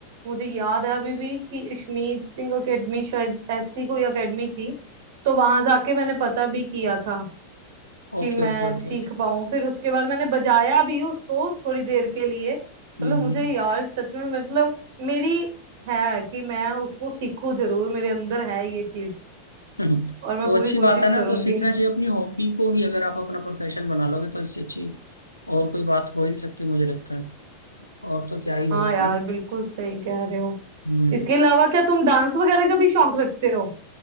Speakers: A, on the right (about 50°); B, on the left (about 80°).
A: मुझे याद है अभी भी कि अश्मीत सिंह एकेडमी शायद ऐसी कोई एकेडमी थी तो वहां जाके मैंने पता भी किया था कि
B: Okay
A: मैं
B: okay okay
A: सीख
B: okay
A: पाऊं फिर उसके बाद मैंने बजाया भी उसको थोड़ी देर के लिए मतलब
B: हम्म
A: मुझे
B: हम्म
A: यार सच में मतलब मेरी है कि मैं उसको सीखूं जरूर मेरे अंदर है ये चीज
B: हम्म।
A: और मैं
B: तो
A: पूरी
B: अच्छी
A: कोशिश
B: बात है ना
A: करूंगी
B: तो सीखना चाहिए अपनी हॉबी को ही अगर आप अपना प्रोफेशन बना लोगे तो इससे अच्छी और कोई बात हो ही नहीं सकती मुझे लगता है और तो क्या ही हो
A: हाँ
B: गया
A: यार
B: ना
A: बिल्कुल सही कह रहे हो
B: हम्म
A: इसके अलावा क्या तुम डांस वगैरह का भी शौक रखते हो